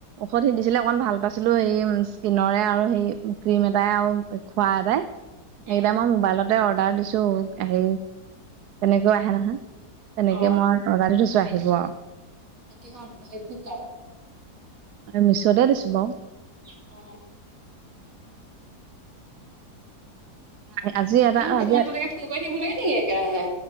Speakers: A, on the right; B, on the right.
A: ঔষধ সি দিছিলে অকমান ভাল পাইছিলো। সেই স্কিনৰৰে আৰু সেই ক্ৰীম এটাই আৰু খোৱা এটাই। সেইকেইটা
B: উম।
A: মই মোবাইলতে অৰ্ডাৰ দিছো, হেৰি তেনেকৈও আহে নহয়। তেনেকে
B: অ
A: মই অৰ্ডাৰ দি থৈছো আহিব আৰু।
B: কিহত? সেইটো ফ্লিপ কাৰ্ডত?
A: মেছ'তে দিছো বাৰু।
B: অ।
A: এ আজি এটা
B: এ
A: আজি
B: ইমান তেনেকে ফোন কৰি থাকিব লাগে নি একেৰাহে?